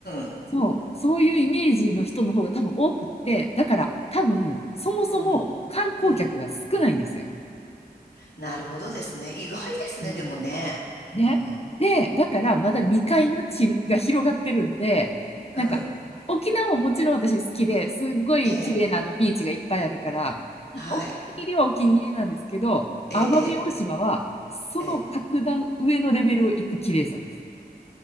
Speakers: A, on the left; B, on the left.
A: うん、
B: そう。そういうイメージの人の方が多分多くって、だから多分、そもそも観光客が少ないんですよ。
A: うん、うん。なるほどですね。意外ですね、
B: うん。
A: でもね。
B: ね。
A: うん。
B: で、だからまだ未開の地が広がってるんで、
A: うん、うん、
B: なんか、沖縄ももちろん私好きで、すっごい綺麗なあのビーチがいっぱいあるから、
A: ええ、はい、
B: お気に入りはお気に入りなんですけど、
A: ええ、
B: 奄美大島はその格段上のレベルを行く綺麗さです。
A: ええ、ええ。